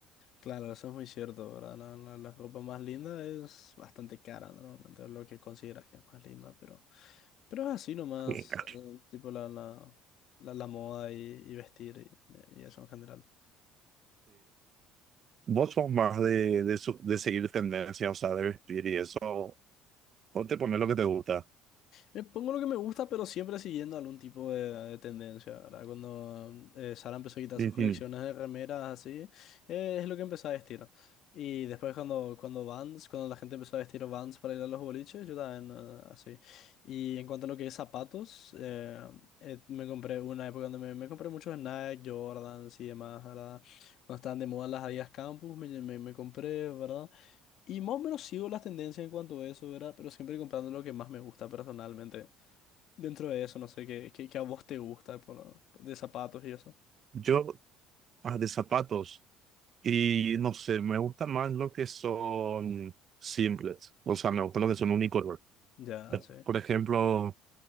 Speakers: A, on the left; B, on the right.
A: Claro, eso es muy cierto, ¿verdad? La, la- la ropa más linda es bastante cara, normalmente, lo que consideras que es más linda, pero, pero es así nomás,
B: Este,
A: eh, tipo la, la, la, la moda y, y vestir y, y eso en general.
B: vos sos más de, de, su- de seguir tendencias, o sea, de vestir y eso, o te pones lo que te gusta.
A: Me pongo lo que me gusta, pero siempre siguiendo algún tipo de, de tendencia, ¿verdad? Cuando eh, Sara empezó a quitar
B: En
A: sus colecciones
B: fin,
A: de remeras así, eh, es lo que empecé a vestir. Y después cuando, cuando Vans, cuando la gente empezó a vestir Vans para ir a los boliches, yo también eh, así. Y en cuanto a lo que es zapatos, eh, eh, me compré una época donde me, me compré muchos Nike, Jordans y demás, ¿verdad? Cuando estaban de moda las Adidas Campus, me, me, me compré, ¿verdad? Y más o menos sigo las tendencias en cuanto a eso, ¿verdad? Pero siempre comprando lo que más me gusta personalmente. Dentro de eso, no sé, qué, qué, qué a vos te gusta por- de zapatos y eso.
B: yo ah, de zapatos, y no sé, me gustan más los que son simples, o sea, me gustan los que son unicolor.
A: Ya, sí,
B: Por ejemplo,